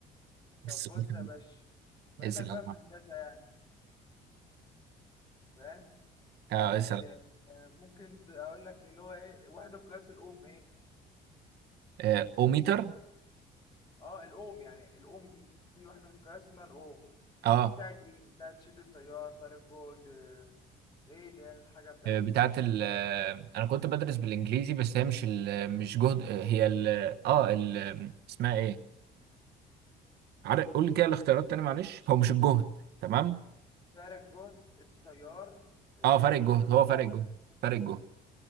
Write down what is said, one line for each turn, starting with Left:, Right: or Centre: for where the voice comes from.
Left: طب
Right: السؤال
Left: بص
Right: ده.
Left: يا باشا بما
Right: اسأل
Left: إنك بقى
Right: أنا معاك.
Left: في هندسة يعني فاهم
Right: أه
Left: آه،
Right: اسأل
Left: آه، ممكن ت- اقول لك اللي هو ايه وحده قياس الاوم ايه
Right: آه، أوميتر
Left: اه الاوم يعني الاوم دي في وحده قياس اسمها الاوم
Right: أه
Left: دي بتاعت ايه يعني بتاعت شد التيار فارق جهد آه، ايه اللي هي الحاجه بتاعتها
Right: آه، بتاعة ال آه، أنا كنت بدرس بالإنجليزي بس هي مش ال... مش جهد آه، هي ال أه ال... اسمها إيه؟ عارف قول لي كده الاختيارات تاني معلش هو مش الجهد تمام
Left: فارق جهد التيار المقاومه
Right: اه فرق الجهد هو فرق الجهد فرق الجهد